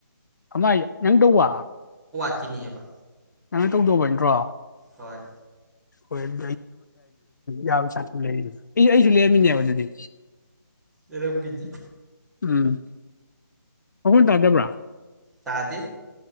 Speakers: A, on the left (about 60°); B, in the centre.
A: ꯑꯃꯥꯏ ꯌꯥꯪꯗꯧ ꯋꯥ
B: ꯀꯅꯤꯕ
A: ꯀꯃꯥꯏ ꯇꯧꯗꯧꯕ ꯅꯠꯇ꯭ꯔꯣ
B: ꯍꯣꯏ
A: ꯍꯣꯏ ꯑꯗꯨ ꯌꯥ ꯂꯩ ꯑꯩ ꯑꯩꯁꯨ ꯂꯦꯝꯃꯤꯅꯦꯕ ꯑꯗꯨꯗꯤ
B: ꯑꯦꯔꯪꯒꯤꯖꯤ
A: ꯎꯝ ꯃꯈꯣꯟ ꯇꯥꯗꯕ꯭ꯔꯥ
B: ꯇꯥꯗꯦ